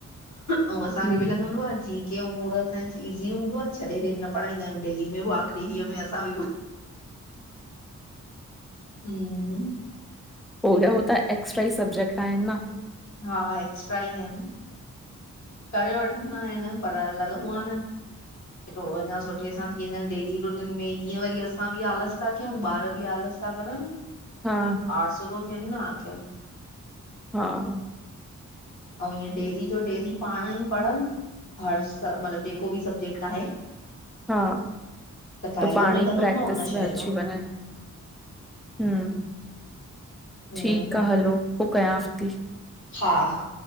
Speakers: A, on the left; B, in the centre.
A: अऊ असांखे
B: हम्म
A: बि लॻंदो आ जी के आऊ मोरल सांइन्स। ईज़ी हूंदो आ छॾेॾ न पढ़ाईंदा आऊ देहली में। एही धीअ में असां बि हं।
B: पोला हो त एक्स्ट्रा ई सब्जेक्ट आहिन न।
A: हा एक्स्ट्रा ई आहिन। करे वठंदा आहिन पर लॻंदो आह न। की थोरो अञा सुठे सां थी वञन डेली रुटीन में ईअं वरी असां बि आलस था कयूं ॿार बि आलस। प करण।
B: हा।
A: आठ सो त थिएनदा आखिर।
B: हा
A: आऊ ईअं डेली जो डेली पाण ई। पढ़ हर मतलब जेको बि सब्जेक्ट आहे।
B: ह
A: फ़ाइदो
B: त पाण
A: मिलंदो
B: ई प्रैक्टिस
A: न हुन शइ
B: में अची
A: जो
B: वञ। हं हं,
A: हम्म
B: ठीकु आ हलो‌। पो कयाफ़्ती।
A: हा हा‌।